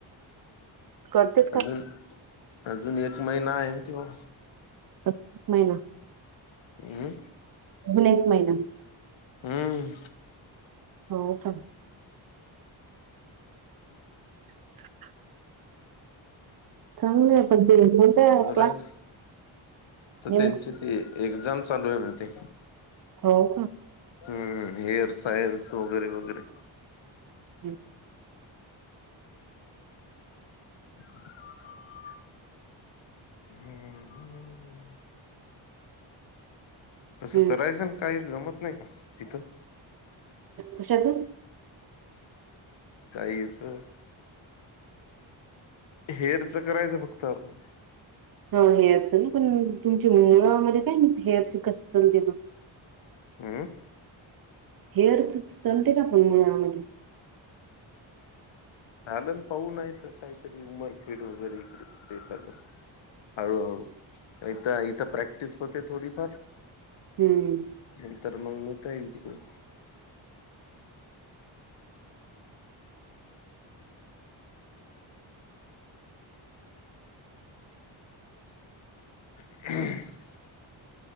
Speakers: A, on the right (about 45°); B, on the left (about 65°).
A: करतेत
B: आता
A: का
B: झालं ना? अजून एक महिना आहे तेव्हा
A: स महिना.
B: हम्.
A: अजून एक महिना.
B: हम्म
A: हो त. <unintelligible> चांगले पण ते कोणत्या
B: खरंय
A: क्लास,
B: तर
A: नेमक
B: त्यांची ते एक्झाम चालू आहे म्हणते.
A: हो का.
B: हम्म हेअर सायन्स वगैरे वगैरे.
A: हम्.
B: <unintelligible> हम् ह.
A: हम्म
B: तसं करायचं ना काही जमत नाही का तिथं.
A: कशाच.
B: काहीचं. हेरचं करायचं फक्त आपण,
A: हा हेअरच ना पण तुमच्या मुळामध्ये काय नाही हेअरच कसं चलतंय बा.
B: हम्म
A: हेअर चालते ना पण मुळ आमध्ये.
B: चाललं पाहूय नाह्यतर काहीतरी उमरखेड वगैरे इकडे ते एकंद. हळू हळूता इथ प्रॅक्टिस होते थोडीफार.
A: हम्म
B: नंतर मग नेता येईल तिकडे. ह